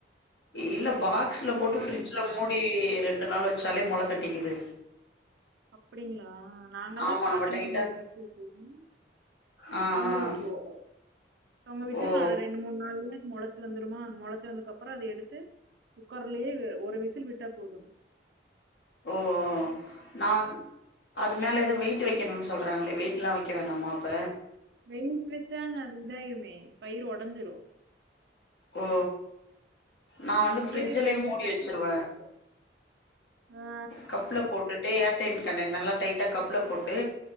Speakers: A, on the left; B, on the right.
A: இல்ல பாக்ஸ்ல போட்டு
B: நாள்
A: ஃப்ரிட்ஜ்ல மூடி ரெண்டு நாள் வச்சாலே மொள கட்டிக்குது
B: அப்டிங்களா நாங்கல்லா
A: ஆமா
B: காட்டன்
A: நம்ம டைட்டா
B: துணில கட்டி வெச்சிருவோ
A: ஆ ஆ
B: தொங்க விட்ருவோ தொங்க விட்டு
A: ஓ ஓ
B: நா அத ரெண்டு மூணு நாள்ல மொளச்சு வந்துருமா மொளச்சு வந்தக்கப்றோ அத எடுத்து குக்கர்லயே ஒரு விசில் விட்டா போது
A: ஓ நா வ அது மேல எது வெய்ட்டு வெக்கணுனு சொல்றாங்களே வெய்ட்லா வெக்க வேணாமா அப்ப
B: வெய்ட் வச்சாங்க அது இதாயிடுமே பயிரு ஒடஞ்சிரு
A: ஓ நான்
B: நாங்க
A: வந்து
B: அப்படியே
A: ஃப்ரிட்ஜ்லயே
B: துணில
A: மூடி
B: கட்டி
A: வச்சுருவே.
B: தொங்க விட்ருவோ அ
A: கப்ல போட்டுட்டு ஏர்டைன் கண்டய்னர் நல்லா டைட்டா கப்ல போட்டு